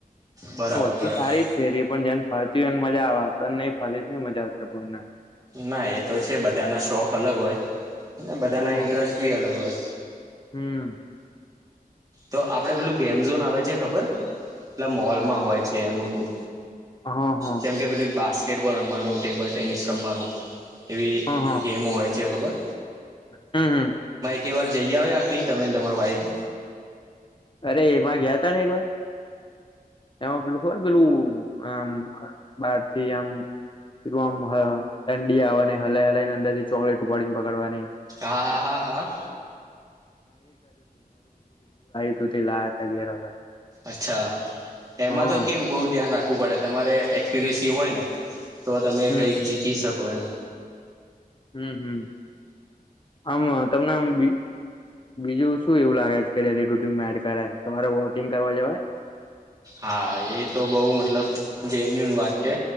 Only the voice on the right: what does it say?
બરાબર
બરાબર
ના એ તો છે બધાના શોખ અલગ હોય બધાના
ઇન્ટરેસ્ટ બી અલગ હોય.
તો આપડે પેલું ગેમઝોન આવે છે ખબર પેલા મોલમાં હોય છે એમ મોટું.
જેમ કે પેલું બાસ્કેટબોલ રમવાનું ટેબલ ટેનિસ રમવાનું. એવી
ગેમો હોય છે ખબર?
કે વાર જઈ આવ નહી તમેને તમાર વાઈફ?
હા હા હા હા
અચ્છા એમાં
તો કેવું બહ ધ્યાન રાખ ખવુ પડે તમારે એક્યુરેસી હોય ને તો તમે
કઈક
જીતી શકો એમ.
હા એ તો બહુ મતલબ જેન્યુન વાત છે.